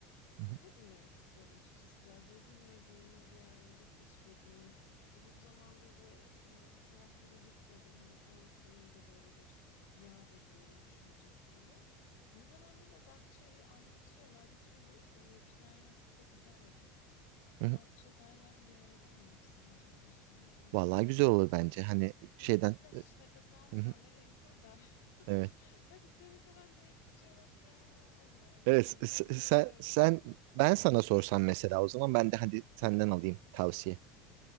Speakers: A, on the left (about 85°); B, on the right (about 65°).
A: kafa
B: Hı hı.
A: dinlemek istiyorum açıkçası biraz böyle bilmediğim bir yerleri keşfedeyim. Uzun zamandır da e, o taraflara gitmedim hem orayı da böyle bir yad edeyim düşüncesiyle. Ne zamandır da Datça'yı anlatıyorlar bir türlü e, plan yapıp da gidemedim.
B: Hı hı.
A: Datça Dalyan bir arada mı yapsam acaba şimdi? O da
B: Vallahi güzel
A: e,
B: olur bence. Hani
A: çünkü
B: şeyden.
A: cidden
B: e,
A: hiç nefes almadan
B: Hı hı.
A: nereye gitsem Dalyan.
B: Evet.
A: <laughs> Yani senin kadar net bir cevap veren olmadı yani
B: Evet,
A: sorduğum
B: s-
A: kişiler
B: sen,
A: arasında.
B: sen ben sana sorsam mesela o zaman ben de hadi senden alayım tavsiye.